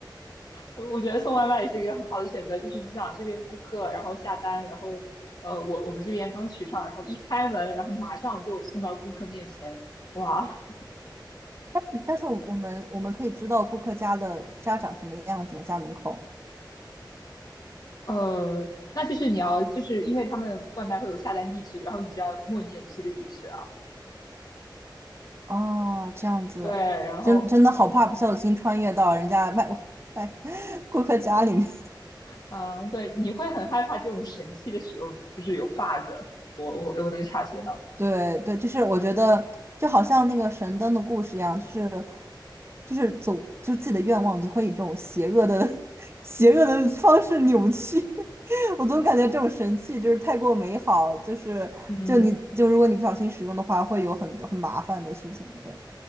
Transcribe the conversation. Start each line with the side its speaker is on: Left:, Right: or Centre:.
Left: 我我觉得送外卖也是一个很好的选择，就是你想这边顾客，然后下单，然后呃，我我们这边刚取上，然后一开门，然后马上就送到顾客面前，哇，
Right: <laughs> 但是我我们我们可以知道顾客家的家长什么样子吗？家门口。
Left: 呃，那就是你要就是因为他们外卖会有下单地址，然后你就要默念这是个地址啊，
Right: 哦，这样子，
Left: 对，然后
Right: 真真的好怕不小心穿越到人家卖 <laughs> 卖顾客家里面。
Left: 嗯、呃对，你会很害怕这种神器的使用就是有 bug，我我我能察觉到，
Right: <laughs> 对对，就是我觉得就好像那个神灯的故事一样，
Left: 嗯
Right: 就是就是走，就自己的愿望总会以这种邪恶的 <laughs> 邪恶的方式扭曲。<laughs> 我总感觉这种神器就是太过美好，就是就你就如果你不小心使用的话，
Left: 嗯。
Right: 会有很多很麻烦的事情。对，